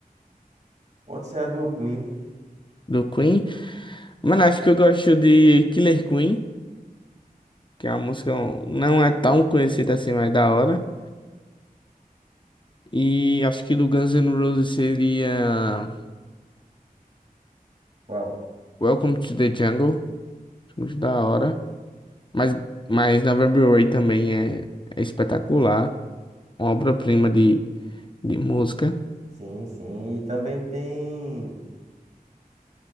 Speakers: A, on the right; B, on the left.
A: Pode ser a do Queen.
B: Do Queen? Mano, acho que eu gosto de Killer Queen. que é uma música não é tão conhecida assim, mas é da hora. E acho que do Guns N' Roses seria
A: Qual?
B: Welcome to the Jungle, acho muito da hora. Mas, mas November Rain também é, é espetacular, uma obra-prima de, de música.
A: Sim, sim. E também tem.